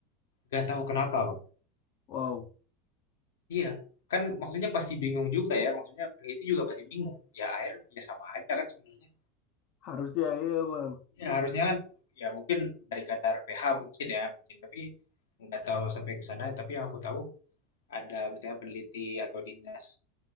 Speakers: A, on the left; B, on the left.
A: Gak tahu kenapa Bang.
B: Wow,
A: Iya, kan maksudnya pasti bingung juga ya, maksudnya peneliti juga pasti bingung. Ya air ya sama aja kan sebenarnya.
B: harusnya iya bang.
A: Ya harusnya kan ya mungkin dari kadar pH mungkin ya, mungkin tapi nggak tahu sampai ke sana. Tapi yang aku tahu ada misalnya peneliti atau dinas